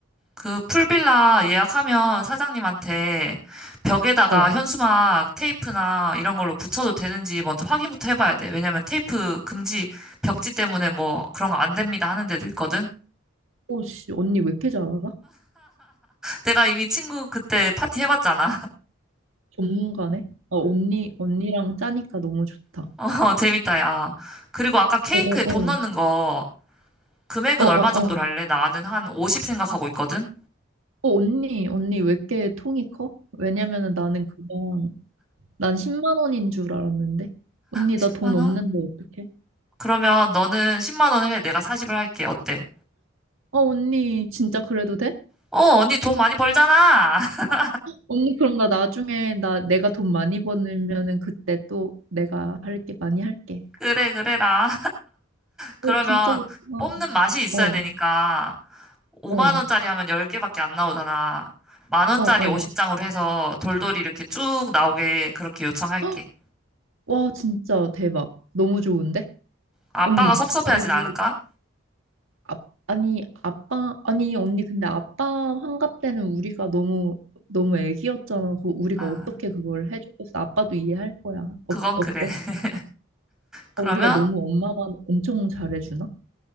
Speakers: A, in the centre; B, on the right.
A: 그 풀빌라 예약하면 사장님한테 벽에다가
B: 어,
A: 현수막 테이프나 이런 걸로 붙여도 되는지 먼저 확인부터 해봐야 돼. 왜냐면 테이프 금지 벽지 때문에 뭐 그런 거 안 됩니다 하는 데도 있거든.
B: 오씨 언니 왜 이렇게 잘 알아?
A: 내가 이미 친구 그때 파티 해봤잖아.
B: 전문가네? 어, 언니, 언니랑 짜니까 너무 좋다.
A: <laughs> 어, 재밌다, 야. 그리고 아까 케이크에
B: 어어어.
A: 돈 넣는 거 금액은
B: 어 어어.
A: 얼마 정도로
B: 어, 어,
A: 할래? 나는 한 50 생각하고 있거든.
B: 언니, 언니 왜 이렇게 통이 커? 왜냐면은 나는 그냥, 난 10만 원인 줄 알았는데. 언니,
A: 10만
B: 나 돈 없는데
A: 원?
B: 어떡해?
A: 그러면 너는 10만 원을 해. 내가 40을 할게. 어때?
B: 어, 언니, 진짜 그래도 돼?
A: 어, 언니 돈 많이 벌잖아. <laughs>
B: 언니, 그럼 나 나중에, 나, 내가 돈 많이 버면은 그때 또 내가 할게, 많이 할게.
A: 그래, 그래라. 그러면
B: 어, 진짜 좋다.
A: 뽑는 맛이 있어야
B: 어,
A: 되니까 5만
B: 어,
A: 원짜리 하면 10개밖에 안 나오잖아. 만 원짜리
B: 어, 어.
A: 50장으로 해서 돌돌이 이렇게 쭉 나오게 그렇게 요청할게.
B: <gasps> 와, 진짜 대박. 너무 좋은데?
A: 아빠가
B: 언니,
A: 섭섭해하진
B: 그리고
A: 않을까?
B: 아, 아니 아빠 아니 언니 근데 아빠 환갑 때는 우리가 너무 너무 애기였잖아. 그 우리가
A: 아,
B: 어떻게 그걸 해줬겠어? 아빠도 이해할 거야.
A: 그건
B: 어, 어때?
A: 그래. <laughs> 그러면
B: 아, 우리가 너무 엄마만 엄청 잘해주나?